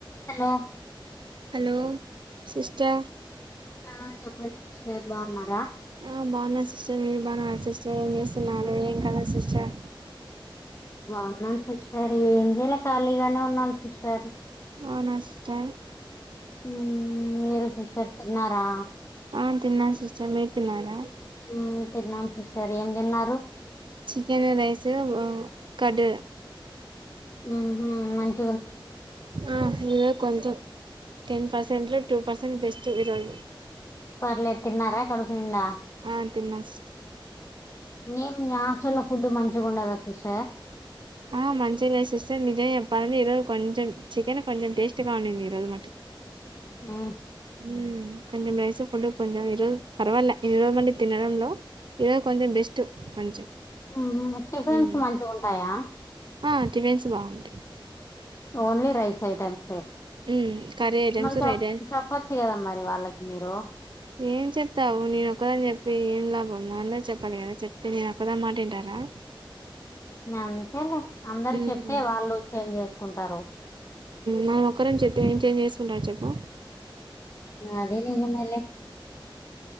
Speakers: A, on the left (about 35°); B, on the right (about 60°).
A: Hello
B: hello sister
A: ఆ చెప్పండి sister బాగున్నారా
B: ఆ బాగున్నా సిస్టర్ మీరు బాగున్నార సిస్టర్ ఏం చేస్తున్నారు ఏం కద సిస్టర్
A: బావున్నాం సిస్టర్ ఏం జేయల ఖాళీగానే ఉన్నాం సిస్టర్
B: అవునా సిస్టర్
A: ఉ మీరు సిస్టర్ తిన్నారా
B: అ తిన్నాను సిస్టర్ మీరు తిన్నారా
A: ఊమ్ తిన్నాం సిస్టర్ ఏం తిన్నారు
B: చికెన్ రైస్ ఉ కడ్
A: ఉహు ఊ మంచి
B: ఆ ఇదె కొంచెం టెన్ పర్సెంట్ లో టూ పర్సెంట్ బెస్ట్ ఈరోజు
A: పర్లేద్ తిన్నారా కడుపునిండా
B: ఆ తిన్నా సిస్టర్
A: నేం మీ హాస్టల్లో ఫుడ్ మంచిగు ఉండదా సిస్టర్
B: ఆ మంచిగా లేదు సిస్టర్ నిజం చెప్పాలంటే ఈరోజు కొంచెం చికెన్ కొంచెం టేస్ట్ గా ఉన్నింది ఈ రోజు మట్
A: ఆ
B: ఉ కొంచెం రైస్ ఫుడ్ కొంచెం ఈరోజు పర్వాల ఇన్ని రోజు తినడంలో ఈరోజు కొంచెం బెస్ట్ కొంచెం
A: ఉహు టిఫిన్స్
B: మ్మ్
A: మంచిగ ఉంటాయా
B: ఆ టిఫిన్స్ బాగుంటాయ్
A: ఓన్లీ రైస్ ఐటెమ్స్ ఏ
B: హ్మ్ కర్రీ ఐటమ్స్
A: మళ్ళి చె
B: రైట్ రైస్
A: చెప్పచ్చు గదా మరి వాళ్ళకి మీరు
B: ఏం చెప్తావు నేను ఒక్కదాని చెప్ ఏం లాభము అందర్ చెప్పాలి కదా చెప్తే నీ ఒక్కదాని మాటే వింటారా
A: అంతేలే అందరు
B: హ్మ్
A: చెప్తే వాళ్ళు చేంజ్ చేసుకుంటారు
B: మనం ఒక్కరని చెప్తే ఏం చేంజ్ చేసుకుంటాడు చెప్పు
A: అదే నిజమేలే